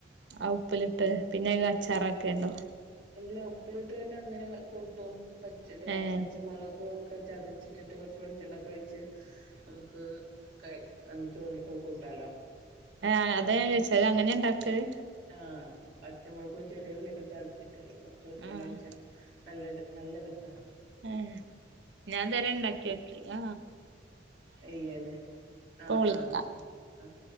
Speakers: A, on the right (about 75°); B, on the right (about 30°).
A: ആ ഉപ്പിലിട്ട് പിന്നെ അച്ചാറാ ക്കെ ഉണ്ടോ
B: എല്ല ഒപ്പിലിട്ട് തന്നെ അങ്ങനെ കൂട്ടും പച്ചത്തെ
A: ഏഹ്
B: പച്ചമുളകു ഒക്കെ ചതച്ചിട്ടിട്ട് കുറച്ച വെളിച്ചെണ്ണ കഴിച്ച് നമുക്ക് ക ചോളക്കൊെ കൂട്ടാലോ
A: ആഹ അത ഞാ ചച്ചാത് അങ്ങനെ ഉണ്ടാക്കല്
B: ആഹ പച്ചമുളക്കും ചെറിയൂലേ ചച്ച അ കുറച്ചൊളിച്ചണ്
A: ആഹ്
B: ഒഴിച്ച നല്ലൊരു നല്ല രസഹം
A: ആ ഞാൻ ഇതുവരെ ഉണ്ടാക്കി നോക്കില
B: ഇല്ലല്ലേ
A: ഇപ്പൊ
B: ആഹ
A: വിളിക്കാം
B: ആഹ ആഹ